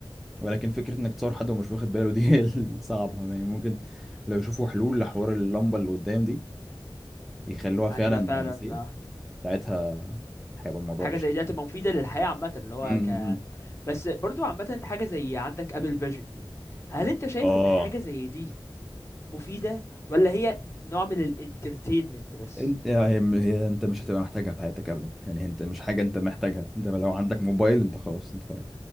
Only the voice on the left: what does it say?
م.
هتبقى فعلا
اه
حاجه
زي دي هتبقى مفيده للحياه عامه اللي هو
ك
بس برضو عامه حاجه زي عندك ابل فيجن دي هل انت شايف
ان حاجه زي دي مفيده ولا هي نوع من الانترتينمنت بس